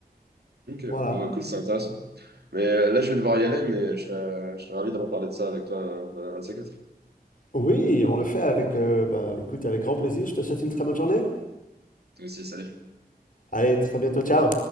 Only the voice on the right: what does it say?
ok,
bon, cool, c'est intéressant. Mais euh, là je vais devoir y aller, mais je serais, je serais ravi de reparler de ça avec toi un, un de ces quatre.
Toi aussi, salut.